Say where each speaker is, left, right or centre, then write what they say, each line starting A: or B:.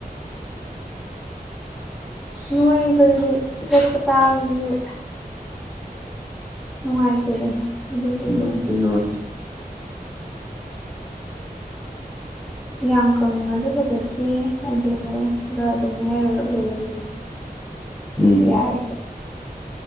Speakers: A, in the centre; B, on the right.
A: ꯅꯣꯏꯕꯗꯤ ꯁꯦꯠꯄ ꯆꯥꯕꯗꯁꯨ ꯅꯨꯡꯉꯥꯏꯇꯦꯗꯅ ꯑꯗꯨꯗꯨꯒꯤ
B: ꯅꯨꯡꯉꯥꯏꯇꯦ
A: ꯑꯩꯅ
B: ꯅꯨꯡꯉꯥꯏꯇꯦ
A: ꯌꯥꯝ ꯀꯡꯉꯁꯨ ꯐꯖꯗꯦ ꯑꯗꯨ ꯈꯔ ꯑꯗꯨꯝ ꯃꯌꯥꯏ ꯑꯣꯏꯔꯞ ꯂꯩꯔꯗꯤ ꯑꯗꯨꯝ
B: ꯎꯝ
A: ꯌꯥꯏ